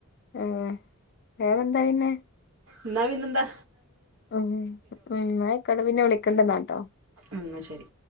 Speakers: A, on the left; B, on the right.
A: ഏ വറെ എന്താ പിന്നെ
B: ഇന്നാ പിന്നന്താ
A: അ അ ന്നാ ആയികോട്ടെ പിന്നെ വിളിക്കണ്ട് ന്നാ ട്ടോ
B: എന്നാ ശരി